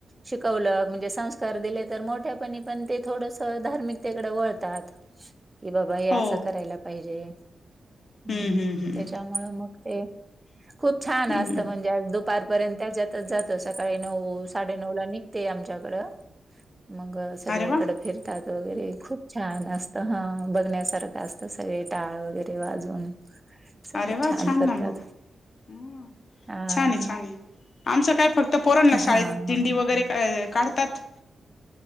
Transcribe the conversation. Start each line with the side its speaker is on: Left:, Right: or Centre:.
Right: शिकवलं म्हणजे संस्कार दिले तर मोठ्यापणी पण ते थोडसं धार्मिक ते कडे वळतात की बाबा हे
Left: हो
Right: असं करायला पाहिजे. हू..
Left: हम्म हम्म हम्म
Right: त्याच्यामुळं मग ते- खूप छान
Left: हम्म
Right: असतं म्हणजे आज दुपारपर्यंत त्याच्यातच जातो, सकाळी नऊ साडे नऊला नि घते आमच्याकडं मग सगळीकडं
Left: अरे वा
Right: फिरतात वगैरे खूप छान असत हं, बघण्यासारखं असतं, सगळे टाळ वगैरे वाजवून सगळं
Left: अरे वा छान
Right: करतात.
Left: ना मग, म
Right: हां.
Left: छान हे, छान हे. आमचं काय फक्त पोराना
Right: हां,
Left: शाळेत
Right: हां.
Left: दिंडी वगैरे काढतात